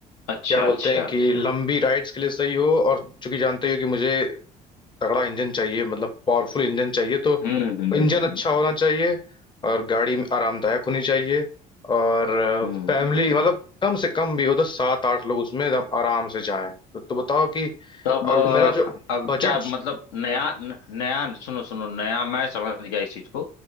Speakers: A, on the left; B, on the left.
A: अच्छा
B: क्या बोलते
A: अच्छा
B: हैं कि लंबी राइड्स के लिए सही हो और चूंकि जानते हो कि मुझे तगड़ा इंजन चाहिए मतलब पावरफुल इंजन चाहिए तो
A: हम्म हम्म
B: इंजन
A: हम्म
B: अच्छा होना चाहिए और गाड़ी आरामदायक होनी चाहिए और
A: हम्म।
B: फैमिली मतलब कम से कम भी हो तो सात आठ लोग उसमें एकदम आराम से जाएं तो, तो बताओ कि
A: तब
B: और
A: अ,
B: <laughs> मेरा जो
A: अब
B: बजट
A: क्या मतलब नया न- नया सुनो सुनो नया मैं समझ गया इस चीज को